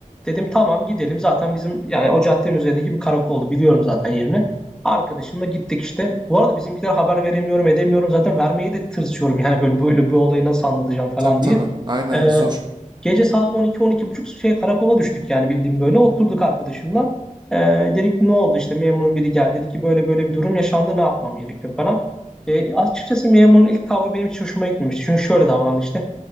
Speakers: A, in the centre; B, on the right.
A: Dedim tamam gidelim. Zaten bizim yani o caddenin üzerindeki bir karakoldu. Biliyorum zaten yerini. Arkadaşımla gittik işte. Bu arada bizimkiler haber veremiyorum edemiyorum. Zaten vermeyi de tırsıyorum. Yani böyle böyle bu olayı nasıl anlatacağım falan
B: Tabii tabii.
A: diye.
B: Aynen
A: Ee,
B: zor.
A: Gece saat 12 buçuk şey karakola düştük yani bildiğim böyle. Oturduk arkadaşımla. Ee, dedik ne oldu işte memurun biri geldi. Dedi ki böyle böyle bir durum yaşandı ne yapmam gerekiyor falan. Ee, açıkçası memurun ilk tavrı benim hiç hoşuma gitmemişti. Çünkü şöyle davrandı işte.